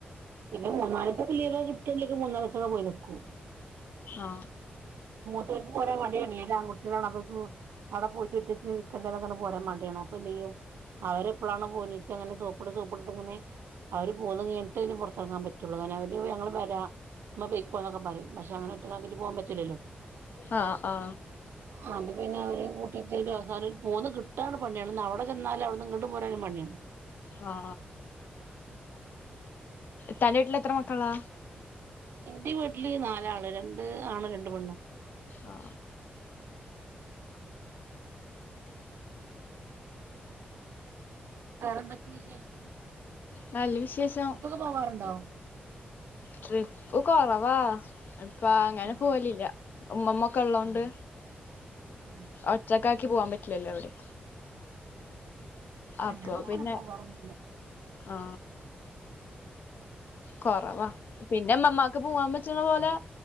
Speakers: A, on the right; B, on the left.
A: പിന്ന മൂന്നാല് ദിവസം ലീവ് കിട്ടിയെങ്കിൽ മൂന്നാല് ദിവസംപോയി നിൽക്കും
B: ആ
A: ഓല്ക്ക് പോരാൻ മടിയാണ് ഓല് ആൺകുട്ടിആളാണ് അവിടെ പോയിറ്റ് ഒറ്റക്ക് നിൽ കക്കെ പോരാൻ മടിയാണ് അ അപ്പൊന്ത്യ്യും അവരെ എപ്പോളാണ് പോര്നേച്ചാ അങ്ങനെ സോപ്പിട്ട് സോപ്പിട്ടട്ട് ഇങ്ങനെ അവര് പോകുന്ന കഴിഞ്ഞിട്ട് പുറത്ത് ഇറങ്ങാ പറ്റുള്ളൂ അനെ അവര് ഞങ്ങള് വരാ ഇമ്മ പെക്കോ എന്നക്കെ പറയും പക്ഷെ അങ്ങനെ ഒറ്റക്കാക്കിയിട്ട് പോവാൻ പറ്റില്ലല്ലോ
B: ആ ആ
A: <inaudible> അത് പിന്നെ അവര് കൂട്ടിയിട്ട് ഒരു അവസാനൽ പോന്ന് കിട്ടാന് പണിയാണ് അവിടെ ചെന്നാലും അവിടെന്ന് ഇങ്ങോട്ട് പോരാനും പണിയാണ്
B: ആ തന്റെ വീട്ടിൽ എത്ര മക്കളാ
A: എന്റെ വീട്ടില് നാലാള് രണ്ട് ആണും ര ണ്ട് പെണ്ണും
B: ആ
A: വേറെ എന്തൊക്കെ വിശേഷം
B: നല്ല വിശേഷം
A: ട്രിപ്പ് ഒക്കെ പോകാറുണ്ടോ
B: ട്രിപ്പ് കുറവാ അപ്പ അങ്ങനെ
A: ആ
B: പോവലില്ല ഉമ്മമ്മ ഒക്കെ ഉള്ളതോണ്ട്
A: ആ ആ
B: ഒറ്റാക്കാക്കി ക്കി പോവാൻ പറ്റില്ലല്ലോ ഇവിടെ
A: ആ ആ
B: അപ്പൊ
A: ഞങ്ങള് അങ്ങനേ
B: പിന്നെ
A: പോവറൊന്നുല്ല
B: ആ കൊറവാ പിന്നെ ഇമ്മമാക്ക് പോവാൻ പറ്റുന്ന പോലെ